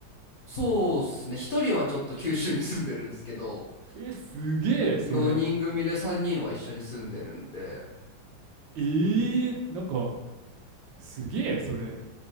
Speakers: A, on the left (about 65°); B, on the right (about 80°).
A: そうっすね。一人はちょっと九州に住んでるんですけど、
B: え、すげえ、それ。
A: 4人組で3人は一緒に住んでるんで、
B: ええなんか、すげえ、それ。